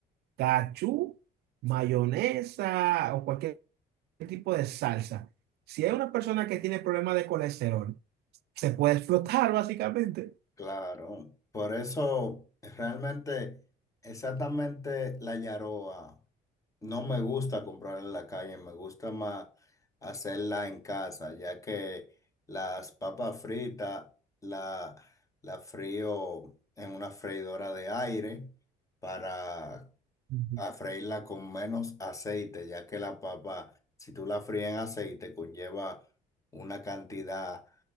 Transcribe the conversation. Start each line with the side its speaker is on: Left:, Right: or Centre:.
Right: cachú, mayonesa o cualquier tipo de salsa. Si hay una persona que tiene problemas de colesterol, se puede explotar básicamente.
Left: Claro. Por eso realmente exactamente la yaroa no me gusta comprarla en la calle, me gusta más hacerla en casa, ya que las papas fritas la, la frío en una freidora de aire para
Right: Ujú.
Left: a freírla con menos aceite, ya que la papa, si tú la fríes en aceite, conlleva una cantidad